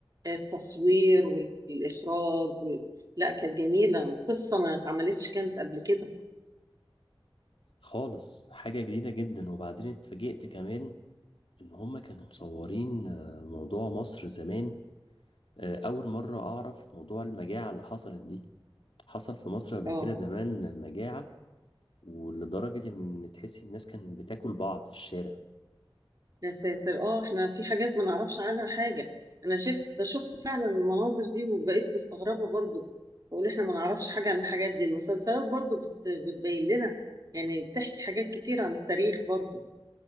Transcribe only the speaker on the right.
التصوير والإخراج و... لا كانت جميلة قصة ما اتعملتش كانت قبل كده
اه
يا ساتر اه احنا في حاجات ما نعرفش عنها حاجة انا شفت شفت فعلا المناظر دي وبقيت مستغربة برضو بقول احنا ما نعرفش حاجة عن الحاجات دي المسلسلات برضو بت... بتبين لنا يعني بتحكي حاجات كتير عن التاريخ برضو